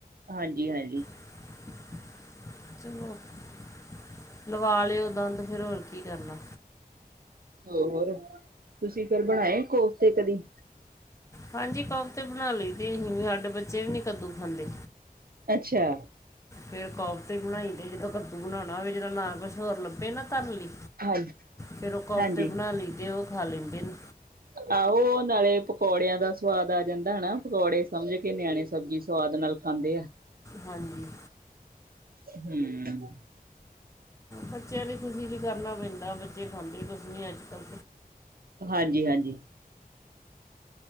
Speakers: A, on the right; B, on the left.
A: ਹਾਂਜੀ ਹਾਂਜੀ।
B: <inaudible> ਚਲੋ <unintelligible> ਲਵਾ ਲਿਓ ਦੰਦ ਫਿਰ ਹੋਰ ਕੀ ਕਰਨਾ।
A: ਹੋਰ ਤੁਸੀਂ ਫਿਰ ਬਣਾਏ ਕੋਫਤੇ ਕਦੀ।
B: ਹਾਂਜੀ ਕੋਫਤੇ ਬਣਾ ਲਈ ਤੇ ਅਹੀ ਵੀ ਹਾਡੇ ਬੱਚੇ ਵੀ ਨਹੀਂ ਕੱਦੂ ਖਾਂਦੇ।
A: ਅੱਛਾ।
B: ਫੇਰ ਕੋਫਤੇ ਬਣਾਈ ਦੇ ਜਦੋਂ ਕੁਛ। ਬਣਾਉਣਾ ਹੋਵੇ ਜਦੋ ਨਾ ਕੁਛ ਹੋਰ ਲੱਭੇ ਨਾ ਤਰਨ ਲਈ।
A: ਹਾਂਜੀ
B: ਫੇਰ ਉਹ ਕੋਫਤੇ
A: ਹਾਂਜੀ
B: ਬਣਾ ਲਈ ਦੇ ਉਹ ਖਾ ਲੈਂਦੇ ਨੇ।
A: ਆਹੋ ਨਾਲੇ ਪਕੌੜਿਆਂ ਦਾ ਸਵਾਦ ਆ ਜਾਂਦਾ ਹਨਾ, ਪਕੌੜੇ ਸਮਝ ਕੇ ਨਿਆਣੇ ਸਬਜ਼ੀ ਸਵਾਦ ਨਾਲ। ਖਾਂਦੇ ਆ।
B: ਹਾਂਜੀ।
A: ਹਮ <inaudible>
B: ਬੱਚਿਆਂ ਲਈ ਖੁਸ਼ੀ ਲਈ ਵੀ ਕਰਨਾ ਪੈਂਦਾ ਬੱਚੇ ਖਾਂਦੇ ਕੁਛ ਨੀ ਅੱਜ ਕੱਲ।
A: ਹਾਂਜੀ ਹਾਂਜੀ।